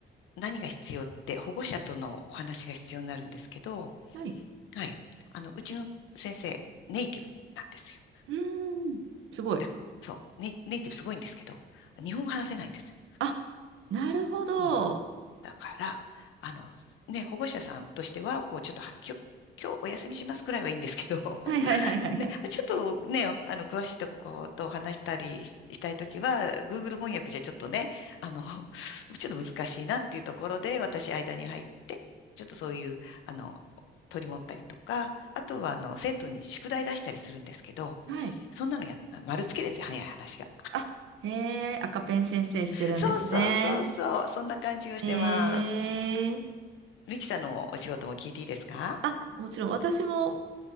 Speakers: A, on the left (about 90°); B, on the right (about 80°).
A: 何が必要って保護者とのお話が必要になるんですけど、
B: はい。
A: はい、あのうちの先生、ネイティブなんですよ。
B: うーん、すごい。
A: だ、そう、ネイ、ネイティブすごいんですけど、日本語話せないんですよ。
B: あ、なるほど。
A: うん。だから、あの、ね、保護者さんとしては、こう、ちょっとは、今日、今日お休みしますくらいはいいんですけど、
B: はいはいはいはいはい。
A: <laughs> ね、ちょっとね、あの、詳しいとこと話したりししたいときは、Google 翻訳じゃちょっとね、あの、ちょっと難しいなっていうところで、私間に入って、ちょっとそういう、あの、取り持ったりとか、あとは、あの、生徒に宿題出したりするんですけど、
B: はい。
A: そんなのやった、丸つけですよ、早い話が。
B: あ、へえ、赤ペン先生してるんですね。
A: そうそうそうそう。そんな感じをしてます。
B: へえー、
A: ミキさんのお仕事も聞いていいですか
B: あ、もちろん私も